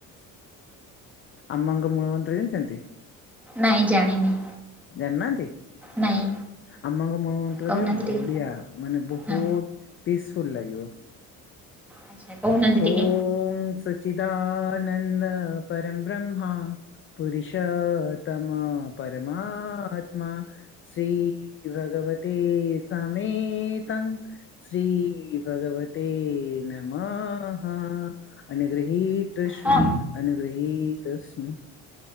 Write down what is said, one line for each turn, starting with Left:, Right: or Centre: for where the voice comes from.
Left: ଆମ୍ମାଙ୍କ ମୂଳ ମନ୍ତ୍ର ଜାଣିଚନ୍ତି?
Centre: ନାଇଁ ଜାଣିନି।
Left: ଜାଣିନାହାନ୍ତି
Centre: ନାଇଁ
Left: ଆମଙ୍କ ମୂଳ ମନ୍ତ୍ରରେ
Centre: କହୁନାହାନ୍ତି
Left: ବଢିଆ।
Centre: ଟିକେ
Left: ମାନେ ବହୁତ
Centre: ହଁ
Left: ପିସଫୁଲ୍ ଲାଗିବ।
Centre: ଆଚ୍ଛା କହୁନାହାନ୍ତି ଟିକେ
Left: ଓମ୍ ସଚ୍ଚିଦାନନ୍ଦ ପରମ୍ ବ୍ରହ୍ମା ପୁରୁଷତମ ପରମାତ୍ମା। ଶ୍ରୀ ଭଗବତେ ସମେତମ୍ ଶ୍ରୀ ଭଗବତେ ନମଃ। ଅନୁଗୃହୀତସ୍ମ
Centre: ହଁ
Left: ଅନୁଗୃହୀତସ୍ମ।